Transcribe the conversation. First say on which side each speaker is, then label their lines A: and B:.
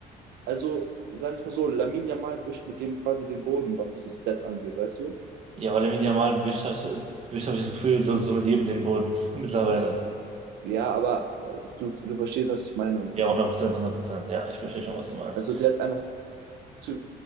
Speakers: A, on the right; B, on the right.
A: also sagen wir es mal so, Lamin Yamal wischt mit dem quasi den Boden, was so Stats angeht, weißt du?
B: Ja, weil Lamine Yamal wischt, hab ich- wischt habe ich das Gefühl, so, so mit jedem den Boden <laughs> mittlerweile.
A: Ja, aber äh, du, du verstehst, was ich meine.
B: Ja, hundert Prozent hundert Prozent Ja, ich verstehe schon, was du meinst.
A: Also der hat einfach zu